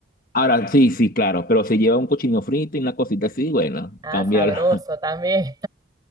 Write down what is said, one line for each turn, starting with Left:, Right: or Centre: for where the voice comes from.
Left: Ahora, sí, sí, claro, pero si lleva un cochino frito y una cosita así, bueno,
Right: Ah,
Left: cambiar
Right: sabroso también.